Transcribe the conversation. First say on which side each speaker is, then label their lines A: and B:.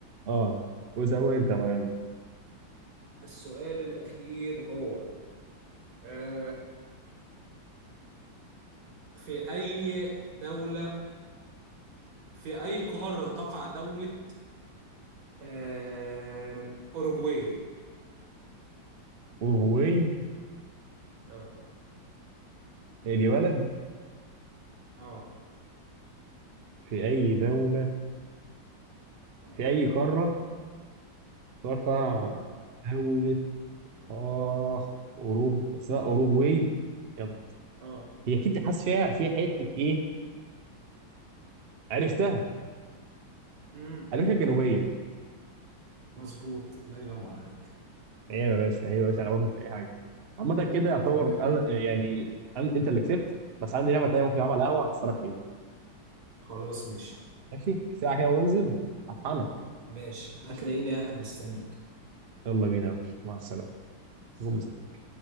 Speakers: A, on the right (about 55°); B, on the right (about 85°).
A: اه وزود انت بقى يلا
B: السؤال الأخير هو آه في أي دولة في أي قارة تقع دولة آه أوروغواي؟
A: أوروغواي
B: اه
A: هي دي بلد
B: اه
A: في أي دولة
B: اه
A: في أي قارة تقع
B: أيوه
A: دولة اخ أوروغ اسمها أوروغواي يلا
B: اه
A: هي أكيد حاسس فيها فيها حتة إيه عرفتها
B: مم.
A: أمريكا الجنوبية
B: مظبوط الله ينور عليك
A: ايوه يا باشا ايوه يا باشا انا برضه مش اي حاجه عامه كده يعتبر
B: تمام
A: انا يعني أنا انت اللي كسبت بس عندي لعبه تانيه ممكن العبها على القهوه هخسرك فيها
B: خلاص ماشي
A: ماشي ساعه كده وانزل هطحنك
B: ماشي هتلاقيني
A: ماشي
B: قاعد مستنيك
A: يلا بينا يا باشا مع السلامه
B: سلام
A: أكون مستنيك.